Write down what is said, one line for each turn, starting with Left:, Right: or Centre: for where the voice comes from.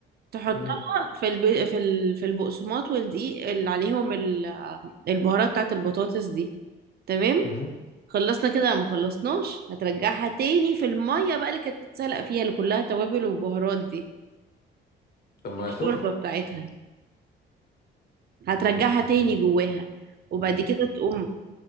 Right: تحطها
Left: مم.
Right: في الب... في ال... في البقسماط والدقيق اللي عليهم ال... البهارات بتاعت البطاطس دي تمام
Left: مم.
Right: خلصنا كده ما خلصناش هترجعها تاني في الميه بقى اللي كانت بتتسلق فيها اللي كلها توابل وبهارات دي
Left: طب ما
Right: الشوربه
Left: هي سخنه
Right: بتاعتها هترجعها تاني جواها وبعد كده تقوم